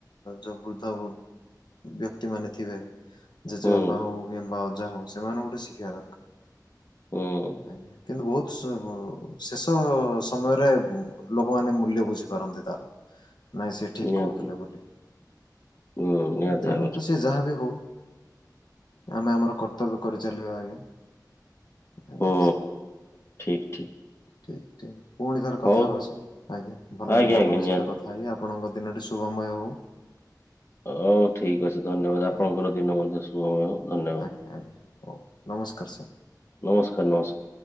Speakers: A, on the left; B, on the left.
A: ଯୋଉ ବୃଦ୍ଧ ବ୍ୟକ୍ତି ମାନେ ଥିବେ ଜେଜେବାପା
B: ହୁଁ
A: ହଉ କିମ୍ବା ଅଜା ହଉ ସେମାନଙ୍କୁ ଗୋଟେ ଶିଖିବା ଦରକାର।
B: ହୁଁ
A: ଆଜ୍ଞା କିନ୍ତୁ ବହୁତ ଶେଷ ସମୟରେ ଲୋକମାନେ ମୂଲ୍ୟ ବୁଝିପାରନ୍ତି ତାର। ନାଇଁ ସେି ଠିକ
B: ନିହାତି
A: କହୁଥିଲେ ବୋଲି
B: ହୁଁ ନିହାତି
A: ତେଣୁ
B: ଭାବରେ
A: ସେ ଯାହା ବି ହଉ ଆମେ ଆମର କର୍ତ୍ତବ୍ୟ କରିଚାଲିବା ଆଗେ। ଆଜ୍ଞା
B: ହୁଁ
A: <unintelligible>
B: ଠିକ ଠିକ
A: ଠିକ ଠିକ। ପୁଣି ଥରେ
B: ହଉ
A: କଥା ହୁବା ସାର୍ ଆଜ୍ଞା ଭଲ
B: ଆଜ୍ଞା
A: ଲାଗିଲା
B: ଆଜ୍ଞା
A: ଆପଣଙ୍କ
B: ନିହାତି
A: ସହିତ କଥା ହେଇକି ଆପଣଙ୍କ ଦିନଟି ଶୁଭମୟ ହେଉ।
B: ହଉ ଠିକ ଅଛି ଧନ୍ୟବାଦ ଆପଣଙ୍କର
A: ଆଜ୍ଞା
B: ଦିନ ମଧ୍ୟ ଶୁଭମୟ ହଉ ଧନ୍ୟବାଦ୍।
A: ଆଜ୍ଞା ଆଜ୍ଞା ହଉ ନମସ୍କାର ସାର୍।
B: ନମସ୍କାର ନମସ୍କା